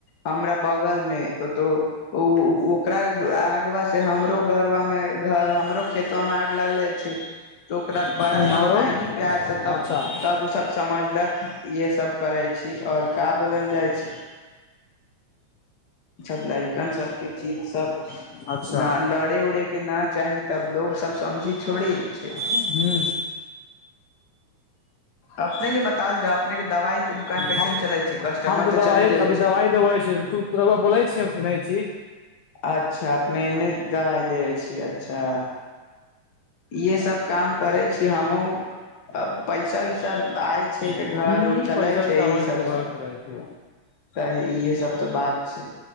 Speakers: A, on the left; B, on the left.
A: हमरा बगलमे तो ओकरा आगबा से हमरो घर मे हमरो खेतमे आग लगले छै त ओकरा
B: औ
A: बड़ा समझायनी
B: औरो
A: प्यार से तब
B: अच्छा
A: तब ओ सब समझलक। इहे सस करै छी और का बोलल जाइ छै। जब लैकन सबके चीज सब
B: अच्छा
A: न लड़े उड़े के न चाही तब लोग सब समझी छोड़ी छै,
B: हूँ
A: अपने जे बताल जाउ दवाइ के दुकान कैसन
B: हूँ
A: चलै छै कस्टमर
B: हम तऽ
A: त
B: दवाइए
A: चल गेल
B: अभी दवाइ
A: छै
B: देबै छी तू तोरा बोलै छी हम सुनै छी
A: अच्छा अपने एने दवाइ दे छी। ज अच्छा! इहे सभ काम करै छी, हमहूँ पैसा -उैसा आइ छै,
B: हूँ
A: तऽ घर उर चलै
B: पैसा वैसा
A: छै,
B: आबै
A: एहि सभसँ
B: तऽ घर से रहै छै
A: त इह सभ तऽ बात छै।